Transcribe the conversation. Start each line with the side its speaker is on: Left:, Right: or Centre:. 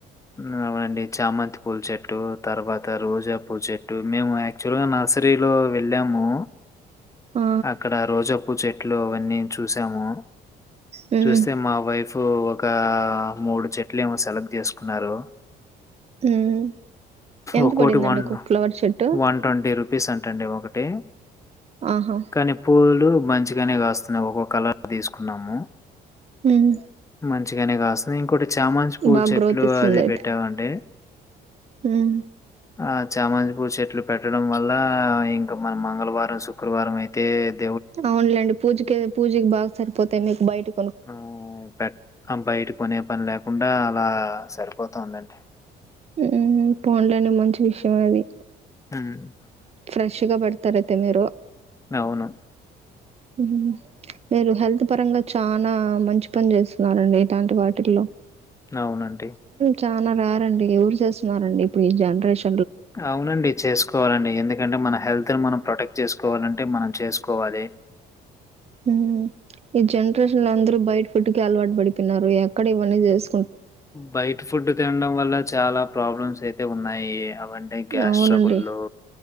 Left: ఊమ్ అవండి చామంతి పూల చెట్టు తర్వాత రోజా పూ చెట్టు మేము యాక్చువల్గా నర్సరీలో వెళ్ళాము
Right: ఆ!
Left: అక్కడ రోజాపూ చెట్లు వ నేన్ చూసాము
Right: హ్మ్.
Left: చూస్తే మా వైఫు ఒక మూడు చెట్లు ఏమో సెలెక్ట్ చేసుకున్నారు
Right: హ్మ్. ఎంత
Left: ఒకొటి
Right: పడిందండి
Left: వన్
Right: ఒక్కొక్క ఫ్లవర్ చెట్టు?
Left: వన్ ట్వంటీ రూపీస్ అంటండి ఒకటి
Right: ఆహా
Left: కానీ పూలు మంచిగానే కాస్తున్నాయి ఒక్కొక్క కలర్ తీసుకున్నాము
Right: హ్మ్.
Left: మంచిగానే కాస్ ఇంకోటి చామంతి పూ
Right: బాగా
Left: చెట్లు
Right: గ్రోత్ ఇస్తుందయితే.
Left: అది పెట్టావండి
Right: హ్మ్.
Left: ఆ చామంతి పూచెట్లు పెట్టడం వల్ల ఇంకా మన మంగళవారం శుక్రవారం అయి ఏప్!
Right: అవును లెండి. పూజకీ పూజకి బాగ సరిపోతే, నీకు బయిటి
Left: ఊఁ పె అ బయట కొనే పనిలేకున్ డా అలా సరిపోతోందండి.
Right: ఊఁ, పోన్లెండి మంచి విషయమె అది.
Left: ఉహు.
Right: ఫ్రెష్ గ బెడ్తతరయితె మీరూ?
Left: అవును.
Right: ఉహ్ మీరు హెల్త్ పరంగ చానా మంచి పని చేస్తున్నారండి ఇటాంటివాటిల్లో
Left: అవునండి
Right: వరు రారండి ఎవరు చేస్తున్నారండి? ఇప్పుడు ఈ జన్రేషన్
Left: అవునండి చేసుకోవాలండి ఎంద్ కంటే మన హెల్త్ ని మనం ప్రొటెక్ట్ చేసుకోవాలంటే మనం చేసుకోవాలి
Right: ఊహ్ ఈ జనరేషన్లో అందరు బయట ఫుడ్డుకి అలవాటు బడిపొయినారు ఎక్కడ ఇవన్ని జేసు
Left: బయటి ఫుడ్డు తినడం వల్ల చాలా ప్రాబ్లమ్స్ అయి తే ఉన్నాయి. అవంటే గ్యాస్ట్రబుల్లో
Right: అవునండి